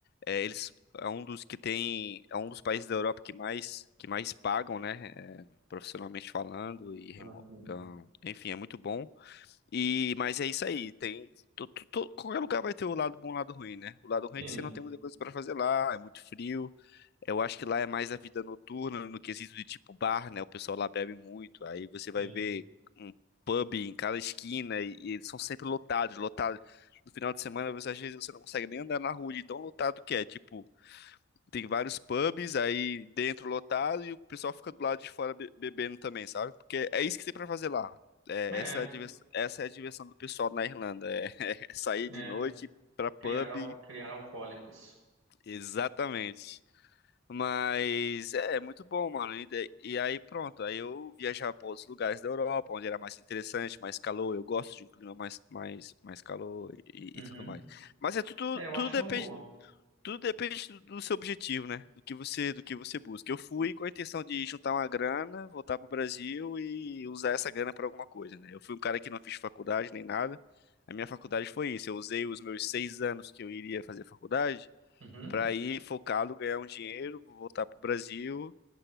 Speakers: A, on the left; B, on the right.
A: é, eles é um dos que tem, é um dos países da Europa que mais que mais pagam, né, é, profissionalmente falando e remo-
B: Ah, sim.
A: ah, Enfim, é muito bom. E, mas é isso aí. Tem, to- to- to- qualquer lugar vai ter o lado bom e o lado ruim, né? O lado ruim
B: Sim,
A: é que você não tem muita coisa para fazer lá, é muito frio. Eu acho que lá é mais a vida noturna, no quesito de tipo bar, né? O pessoal lá bebe muito. Aí você vai
B: sim.
A: ver um pub em cada esquina e, e eles são sempre lotados, lotados. No final de semana, você, às vezes você não consegue nem andar na rua de tão lotado que é. Tipo, tem vários pubs aí dentro lotado e o pessoal fica do lado de fora be- bebendo também, sabe? Porque é isso que tem pra fazer lá. É,
B: É,
A: essa é a diversão, essa é a diversão do pessoal na Irlanda. É, <laughs> é sair de
B: é.
A: noite pra pub.
B: Criar, al- criar alcoólicos.
A: Exatamente. Mas é, é muito bom, mano. E, daí- e aí pronto, aí eu viajava para outros lugares da Europa, onde era mais interessante, mais calor. Eu gosto de um clima mais, mais, mais calor e,
B: Uhum.
A: e tudo mais. Mas é tudo,
B: É, eu
A: tudo
B: acho
A: depende,
B: uma boa.
A: tudo depende do do seu objetivo, né? Do que você, do que você busca. Eu fui com a intenção de juntar uma grana, voltar para o Brasil e usar essa grana para alguma coisa, né? Eu fui um cara que não fiz faculdade nem nada. A minha faculdade foi isso. Eu usei os meus seis anos que eu iria fazer faculdade
B: Uhum.
A: para ir focado, ganhar um dinheiro, voltar pro Brasil